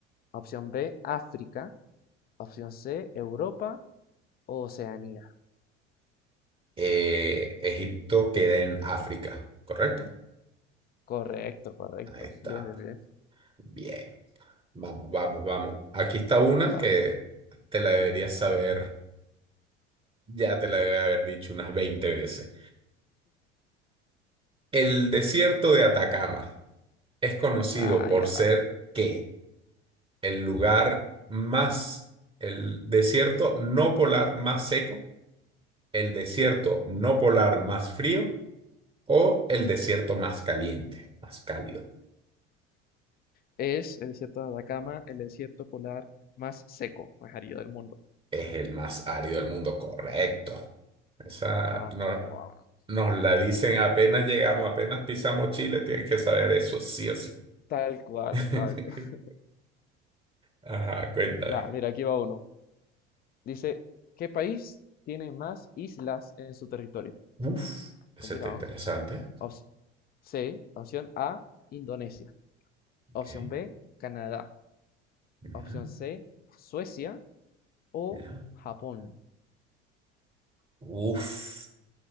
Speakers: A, on the left; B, on the right.
A: Opción B, África. Opción C, Europa o Oceanía.
B: Eh, Egipto queda en África, ¿correcto?
A: Correcto, correcto.
B: Ahí está.
A: Bien, bien, bien.
B: Bien. Vamos, vamos, vamos. Aquí está una
A: Vamos.
B: que te la deberías saber, ya te la debe haber dicho unas 20 veces. El desierto de Atacama es conocido
A: Ah,
B: por
A: ya.
B: ser ¿qué? El lugar más, el desierto no polar más seco, el desierto no polar más frío o el desierto más caliente, más cálido.
A: Es el desierto de Atacama, el desierto polar más seco, más árido del mundo.
B: Es el más árido del mundo, correcto. Esa
A: Vamos,
B: no-
A: vamos.
B: nos la dicen apenas llegamos, apenas pisamos Chile, tienes que saber eso, sí o sí.
A: Tal cual,
B: <laughs>
A: tal cual. <laughs>
B: Ajá, cuéntame.
A: Ya, mira, aquí va uno. Dice, ¿qué país tiene más islas en su territorio?
B: Uf, ese
A: Complicado.
B: está interesante.
A: Op- C, opción A, Indonesia. Opción
B: Ok,
A: B, Canadá.
B: ya,
A: Opción C, Suecia o
B: ya.
A: Japón.
B: Uf,